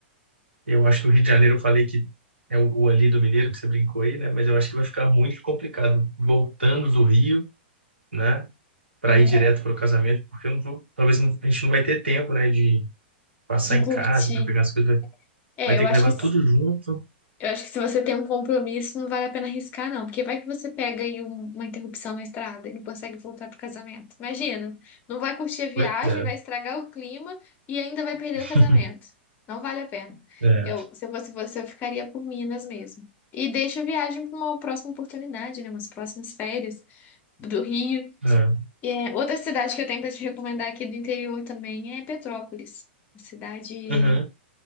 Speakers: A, on the right; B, on the left.
A: eu acho que o Rio de Janeiro, eu falei que é o, o ali do Mineiro, que você brincou aí, né? Mas eu acho que vai ficar muito complicado voltando do Rio, né? Para
B: É.
A: ir direto para o casamento, porque eu não vou, talvez não- a gente não vai ter tempo, né? De passar
B: De
A: em
B: curtir.
A: casa para pegar as coisas, vai,
B: É,
A: vai ter
B: eu
A: que
B: acho
A: levar
B: que
A: tudo junto.
B: Eu acho que se você tem um compromisso, não vale a pena arriscar, não, porque vai que você pega aí um- uma interrupção na estrada e não consegue voltar pro casamento. Imagina, não vai curtir a viagem,
A: Pois é,
B: vai estragar o clima e ainda vai perder
A: <laughs>
B: o casamento. Não vale a pena.
A: é,
B: Eu, se eu fosse você, eu ficaria por Minas mesmo. E deixa a viagem para uma próxima oportunidade, né? Umas próximas férias do Rio.
A: é.
B: E, é, outra cidade que eu tenho para te recomendar aqui do interior também é Petrópolis. uma Cidade
A: Uhum,